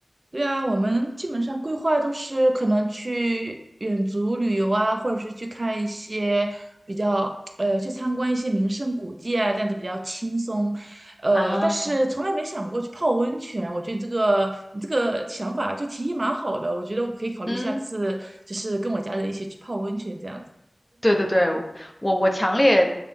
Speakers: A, on the right (about 45°); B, on the left (about 20°).
A: 对啊，我们基本上规划都是可能去远足旅游啊，或者是去看一些比较呃，去参观一些名胜古迹啊，这样子比较轻松。呃，
B: 啊，
A: 但是从来没想过去泡温泉，我觉得这个你这个想法就提议蛮好的，我觉得我可以考虑下次就是跟我家人一起去泡温泉这样子。
B: 嗯。对对对，我我我强烈